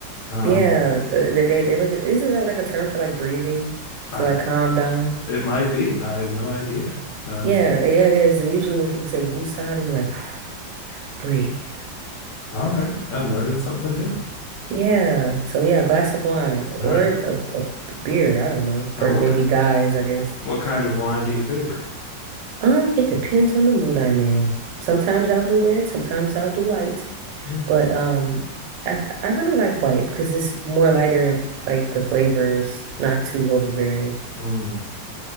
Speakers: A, on the left; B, on the right.
A: Um,
B: Yeah, uh, they, they they look at isn't that like a term for like breathing
A: uh,
B: to like calm down?
A: it might be. I have no idea. Um,
B: Yeah, yeah, it is. Usually when people say woosah, they're like <sighs> breathe.
A: all right. I'm learning something new.
B: Yeah. So yeah, a glass of wine
A: All
B: or
A: right.
B: a, a beer. I don't know.
A: Uh,
B: For
A: what
B: maybe
A: ki-
B: guys, I guess.
A: what kind of wine do you favor?
B: Um, it depends on the mood I'm in. Sometimes I'll do red, sometimes I'll do white.
A: Hmm.
B: But um I I really like white because it's more lighter and like the flavors not too overbearing.
A: Mm.